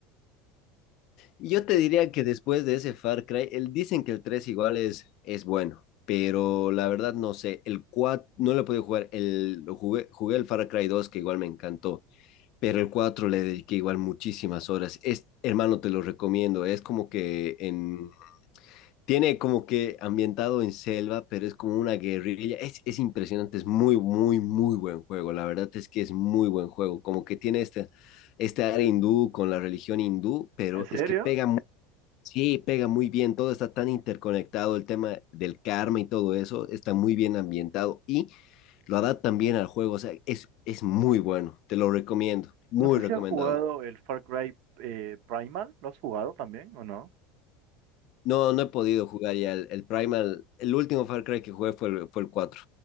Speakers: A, on the left (about 55°); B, on the right (about 60°).
A: Y yo te diría que después de ese Far Cry, el, dicen que el 3 igual es, es bueno, pero la verdad no sé. El 4 no lo pude jugar. El, lo jugué, jugué el Far Cry 2 que igual me encantó, pero el 4 le dediqué igual muchísimas horas. Es, hermano, te lo recomiendo. Es como que en Tiene como que ambientado en selva, pero es como una guerrilla. Es, es impresionante, es muy, muy, muy buen juego. La verdad es que es muy buen juego. Como que tiene este, este área hindú con la religión hindú, pero
B: ¿En serio?
A: es que pega muy, sí, pega muy bien. Todo está tan interconectado, el tema del karma y todo eso está muy bien ambientado y lo adaptan bien al juego. O sea, es, es muy bueno. Te lo recomiendo, muy
B: No sé
A: recomendado.
B: si has jugado el Far Cry eh, Primal, ¿lo has jugado también o no?
A: No, no he podido jugar ya el, el Primal. El último Far Cry que jugué fue el, fue el 4